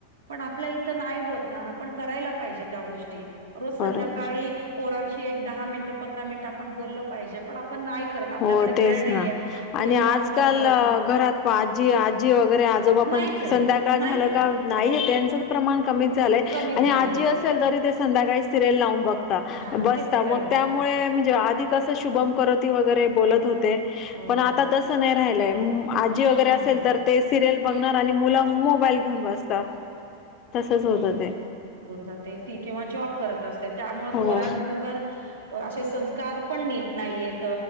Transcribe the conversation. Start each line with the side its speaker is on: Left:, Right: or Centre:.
Right: पण आपल्या इथं नाही होत ना आपण करायला पाहिजे त्या गोष्टी ज
Left: बरोबर
Right: संध्याकाळी पोरांशी एक दहा मिनटं पंधरा मिनटं आपण बोलल पाहिजे पण आपण नाही करत आपल्याकडे
Left: हो तेच
Right: वेळ नाहीये
Left: ना
Right: कुणी
Left: आणि आजकाल
Right: जॉब करत
Left: अ, घरात आजी आजी वगैरे आजोबा
Right: नाहीच
Left: पण
Right: आहेत
Left: संध्याकाळ झालं
Right: नाहीच आहेत
Left: का नाही त्यांचंच प्रमाण कमीच झालंय
Right: कमीच
Left: आणि
Right: झालेलं
Left: आजी
Right: आहे
Left: असेल तरी ते संध्याकाळी सिरयल लावून बघ
Right: हा
Left: बस
Right: ते सिरियल
Left: मग
Right: बघतात
Left: त्यामुळे म्हणजे आधी कस शुभम कर वरे बत होते
Right: हो
Left: पण आता
Right: हो
Left: तस नाही राहि आजी वगैरे
Right: नाही
Left: असेल
Right: राहिला
Left: तर ते सिरियल बघणार आणि मुलं मोबाईल घेऊन बसत तसच होतं ते
Right: जातिंवा जॉब करत अस त्यामुळे
Left: हो
Right: पोरांवर असे संस्कार पण नीट नाही येत